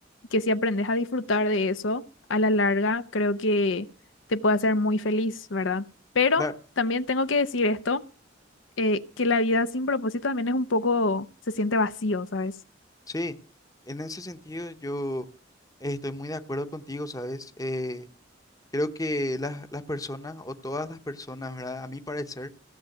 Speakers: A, on the left; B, on the left.
A: que si aprendes a disfrutar de eso a la larga, creo que te puede hacer muy feliz, ¿verdad? Pero
B: Claro.
A: también tengo que decir esto, eh, que la vida sin propósito también es un poco, se siente vacío, ¿sabes?
B: Sí, en ese sentido yo eh, estoy muy de acuerdo contigo, ¿sabes? Eh, creo que las, las personas o todas las personas, ¿verdad? A mi parecer,